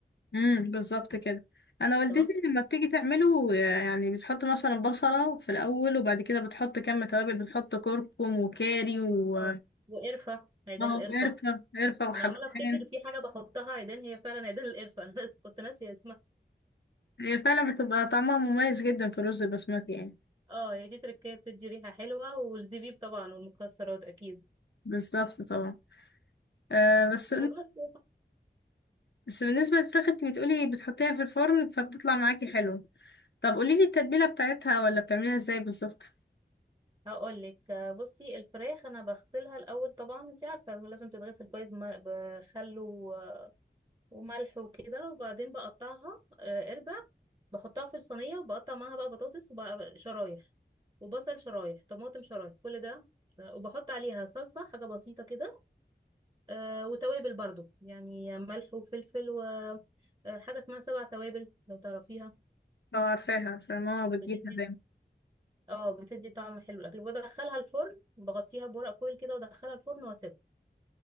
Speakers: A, on the left; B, on the right.
A: امم بالظبط كده انا والدتي
B: تمام
A: لما بتيجي تعمله يعني بتحط مثلا بصلة في الأول وبعد كده بتحط كم توابل بتحط كركم وكاري و
B: اه وقرفة عيدان
A: اه
B: القرفة
A: وقرفة قرفة وحبهان
B: انا عماله افتكر في حاجه بحطها عيدان هي فعلا عيدان القرفه انا ناس- <laughs> كنت ناسيه اسمها
A: هي فعلا بتبقى طعمها مميز جدا في الرز البسمتي يعني
B: اه هي دي تركيه بتدي ريحه حلوه والزبيب طبعا والمكسرات اكيد
A: بالظبط طبعا آه بس
B: بس
A: بس بالنسبة للفراخ انت بتقولي بتحطيها في الفرن فبتطلع معاكي حلو طب قوليلي التتبيلة بتاعتها ولا بتعمليها ازاي بالظبط
B: هقول لك بصي الفراخ انا بغسلها الاول طبعا انت عارفه لازم تتغسل كويس م- بخل و- وملح وكده وبعدين بقطعها آه، اربع بحطها في الصينيه وبقطع معاها بقى بطاطس وبقى شرايح وبصل شرايح طماطم شرايح كل ده آه، وبحط عليها صلصه حاجه بسيطه كده آه وتوابل برضو يعني ملح وفلفل وحاجة اسمها سبع توابل لو تعرفيها
A: اه عارفاها عارفاها ماما بتجيبها
B: بتدي
A: دايما
B: اه بتدي طعم حلو للأكل بدخلها الفرن بغطيها بورق فويل كده وادخلها الفرن واسيبها